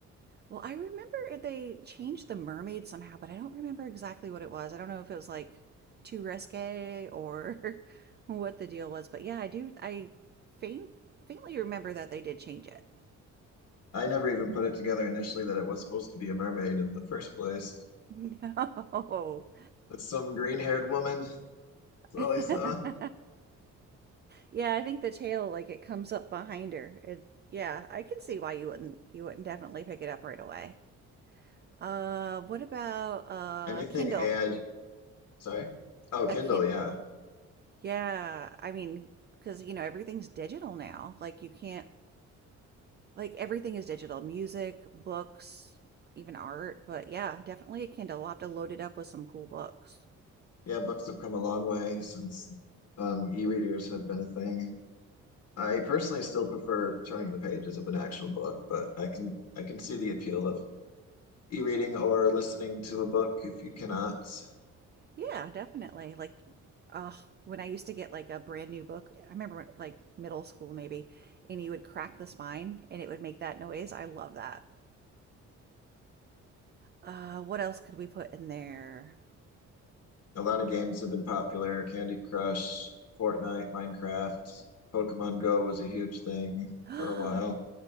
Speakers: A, on the right; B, on the left.
A: Well, I remember they changed the mermaid somehow, but I don't remember exactly what it was. I don't know if it was like too risque or <laughs> what the deal was, but yeah, I do. I faint, faintly remember that they did change it.
B: I never even put it together initially that it was supposed to be a mermaid in the first place.
A: <laughs> No. Oh,
B: It's some green-haired woman. That's all
A: <laughs>
B: I saw.
A: Yeah, I think the tail like it comes up behind her. It, yeah, I can see why you wouldn't you wouldn't definitely pick it up right away. Uh, what about uh
B: Anything
A: Kindle?
B: AI, sorry. Oh,
A: A
B: Kindle,
A: kin
B: yeah.
A: Yeah, I mean, because you know everything's digital now. Like you can't like everything is digital. Music, books, even art. But yeah, definitely a Kindle. We'll have to load it up with some cool books.
B: Yeah, books have come a long way since um, e-readers have been a thing. I personally still prefer turning the pages of an actual book, but I can I can see the appeal of e-reading or listening to a book if you cannot.
A: Yeah, definitely. Like, uh, when I used to get like a brand new book, I remember when, like middle school maybe, and you would crack the spine and it would make that noise. I love that. Uh, what else could we put in there?
B: a lot of games have been popular. Candy Crush, Fortnite, Minecraft, Pokemon Go was a huge thing
A: <gasps>
B: for a while.